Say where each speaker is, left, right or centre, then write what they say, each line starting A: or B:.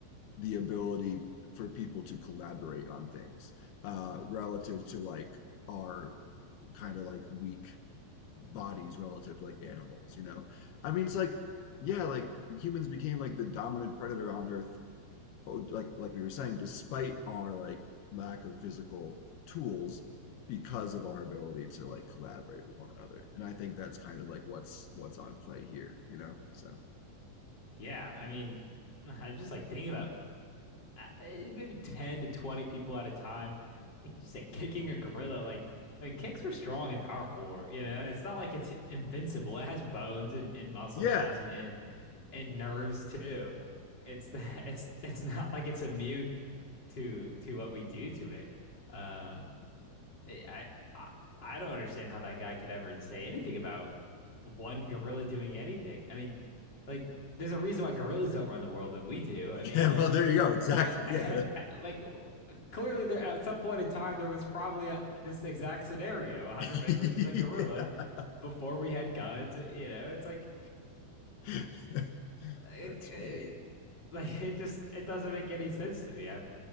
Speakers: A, on the left (about 80°); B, on the left (about 25°).
A: the ability for people to collaborate on things uh relative to like our kind of like weak bodies relative to like animals, you know? I mean, it's like, yeah, like humans became like the dominant predator on Earth, oh, like like we were saying, despite our like lack of physical tools because of our ability to like collaborate with one another. And I think that's kind of like what's what's on play here, you know? So
B: Yeah, I mean, <sighs> I'm just like thinking about uh, eh, maybe 10 to 20 people at a time. Like just like kicking a gorilla, like I mean, kicks are strong and powerful, you know? It's not like it's invincible. It has bones and, and muscle
A: yeah.
B: mass
A: <laughs>
B: and, and and nerves too. It's the <laughs> it's it's not like it's immune to to what we do to it. Um I, I I don't understand how that guy could ever say anything about one gorilla doing anything. I mean, like there's a reason why gorillas don't run the world and we do. I mean,
A: Yeah,
B: like
A: well there you go. Exactly.
B: <laughs>
A: Yeah.
B: like clearly there at some point in time there was probably a, this exact scenario, a hundred
A: <laughs>
B: men versus a gorilla
A: yeah.
B: before we had guns, you know. It's like
A: <laughs>
B: like,
A: That's
B: <laughs>
A: funny.
B: eh, like it just it doesn't make any sense to me. I've